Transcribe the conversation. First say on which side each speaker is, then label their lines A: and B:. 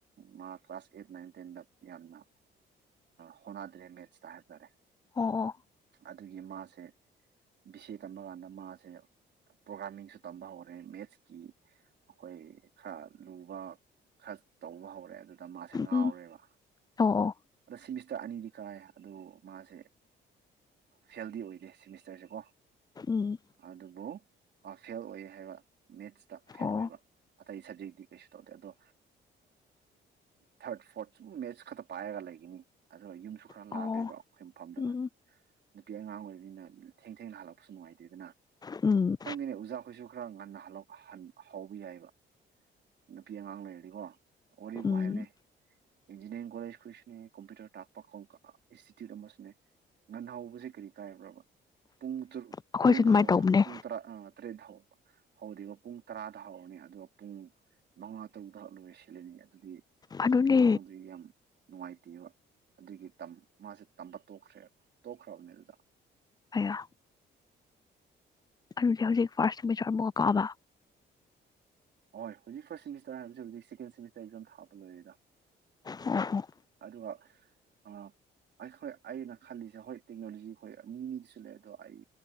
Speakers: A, on the right; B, on the left.
A: ꯃꯥ ꯀ꯭ꯂꯥꯁ ꯑꯩꯠ ꯅꯥꯏꯟ ꯇꯦꯟꯗ ꯌꯥꯝꯅ ꯍꯣꯠꯅꯗ꯭ꯔꯦ ꯃꯦꯠꯁꯇ ꯍꯥꯏꯕ ꯇꯥꯔꯦ
B: ꯑꯣ ꯑ
A: ꯑꯗꯨꯒꯤ ꯃꯥꯁꯦ ꯕꯤꯁꯦ ꯇꯝꯕ ꯀꯥꯟꯗ ꯃꯥꯁꯦ ꯁꯦ ꯄ꯭ꯔꯣꯒꯥꯥꯃꯤꯡꯁꯨ ꯇꯝꯕ ꯍꯧꯔꯦ ꯃꯦꯠꯁꯀꯤ ꯑꯩꯈꯣꯏ ꯈꯔ ꯂꯨꯕ ꯈꯔ ꯇꯧꯕ ꯍꯧꯔꯦ ꯑꯗꯨ ꯑ ꯃꯥꯁꯦ
B: ꯎꯝ
A: ꯉꯥꯎꯔꯦꯕ
B: ꯎꯝ ꯑꯣ ꯑꯣ
A: ꯑꯗ ꯁꯤꯁ ꯆꯇ ꯑꯅꯤꯗꯤ ꯀꯥꯏ ꯑꯗꯨ ꯃꯥꯁꯦ ꯐꯦꯜꯗꯤ ꯑꯣꯏꯗꯦ ꯁꯤꯦꯃꯤꯁꯇꯔꯁꯦꯀꯣ
B: ꯎꯝ
A: ꯑꯗꯨꯕꯨ ꯐꯦꯜ ꯑꯣꯏ ꯍꯥꯏꯕ ꯃꯦꯠꯁꯇ ꯐꯦꯜ
B: ꯑꯣ
A: ꯑꯣꯏꯕ ꯑꯇꯩ ꯁꯕꯖꯦꯛꯇꯤ ꯀꯩꯁꯨ ꯇꯧꯗꯦ ꯑꯗꯣ ꯊꯥꯔꯠ ꯐꯣꯔꯠ ꯁꯨꯝ ꯃꯦꯠꯁ ꯈꯛꯇ ꯄꯥꯏꯔꯒ ꯂꯩꯒꯅꯤ ꯑꯗꯨꯒ ꯌꯨꯝꯁꯨ ꯈꯔ
B: ꯑꯣ
A: ꯂꯥꯞꯄꯦꯕ ꯑꯩꯈꯣꯏ ꯃꯐꯝꯗꯨꯅ
B: ꯎꯝ
A: ꯅꯨꯄꯤ ꯑꯉꯥꯡ ꯑꯣꯏꯕꯔꯤꯅꯤꯅ ꯊꯦꯡꯅ ꯍꯥꯜꯂꯄꯁꯨ ꯉꯥꯏꯇꯗꯦꯗ
B: ꯎꯝ
A: ꯈꯪꯗꯦꯅꯦ ꯑꯣꯖꯥꯈꯣꯏꯁꯨ ꯈꯔ ꯉꯟꯅ ꯍꯜꯂꯛ ꯑꯍꯟ ꯍꯧꯕ ꯌꯥꯏꯕ ꯅꯨꯄꯤ ꯑꯉꯥꯡ ꯂꯩꯔꯗꯤꯀꯣ ꯑꯣꯏꯔꯤꯕ
B: ꯎꯝ
A: ꯍꯥꯏꯥꯏꯅꯦ ꯏꯟꯖꯤꯅꯤꯌꯥꯔꯤꯡ ꯀꯣꯂꯦꯖꯈꯣꯏꯁꯨꯅꯦ ꯀꯝꯄ꯭ꯌꯨꯇꯔ ꯇꯥꯛꯄ ꯏꯟꯁꯇꯤꯇ꯭ꯌꯨꯠ ꯑꯃꯁꯨꯅꯦ ꯉꯟꯍꯧꯕꯁꯦ ꯀꯔꯤ ꯀꯥꯏꯕ꯭ꯔꯕ ꯄꯨꯡ ꯨ
B: ꯑꯩꯈꯣꯏꯁꯨ
A: ꯇꯔꯨꯛꯇ
B: ꯑꯗꯨꯃꯥꯏꯅ
A: ꯍꯧꯅ
B: ꯇꯧꯕꯅꯦ
A: ꯇꯨꯡ ꯇ꯭ꯔꯥ ꯑ ꯇ꯭ꯔꯦꯗ ꯍꯧꯔꯤꯕ ꯄꯨꯡ ꯇꯔꯥꯗ ꯍꯧꯔꯅꯤ ꯑꯗꯨꯒ ꯄꯨꯡ ꯃꯉꯥ ꯇꯔꯨꯛꯇ ꯍ ꯂꯣꯏ ꯁꯤꯂꯅꯤ ꯑꯗꯨꯗꯤ
B: ꯑꯗꯨꯅꯦ
A: ꯅꯨꯄꯤ ꯑꯉꯥꯡꯗꯨ ꯌꯥꯝ ꯅꯨꯡꯉꯥꯏꯇꯦꯕ ꯑꯗꯨꯒꯤ ꯃꯥꯁꯦ ꯇꯝꯕ ꯇꯣꯛꯈ꯭ꯔꯦꯕ ꯇꯣꯛꯈ꯭ꯔꯕꯅꯤ ꯑꯗꯨꯗ
B: ꯑꯌꯥ ꯑꯗꯨꯗꯤ ꯍꯧꯖꯤꯛ ꯐꯥꯔꯁ ꯁꯦꯃꯤꯆꯣꯔ ꯑꯃꯨꯛꯒꯛ ꯀꯥꯕ
A: ꯍꯣꯏ ꯍꯧꯖꯤꯛ ꯐꯥꯔꯁ ꯁꯦꯃꯤꯁꯇꯔ ꯍꯥꯏꯕꯁꯤꯁ ꯍꯧꯖꯤꯛ ꯁꯦꯀꯦꯟ ꯁꯃꯤꯁꯔ ꯑꯦꯛꯖꯥꯝ ꯊꯥꯕ ꯂꯣꯏꯔꯦꯗ
B: ꯑꯣ ꯍꯣ
A: ꯑꯗꯨꯒ ꯑ ꯑꯩꯈꯣꯏ ꯑꯩꯅ ꯈꯜꯂꯤꯁꯦ ꯍꯣꯏ ꯇꯦꯛꯅꯣꯂꯣꯖꯤ ꯈꯣꯏ ꯃꯤ ꯃꯤꯗꯁꯨ ꯂꯩ ꯑꯗꯣ ꯑꯩ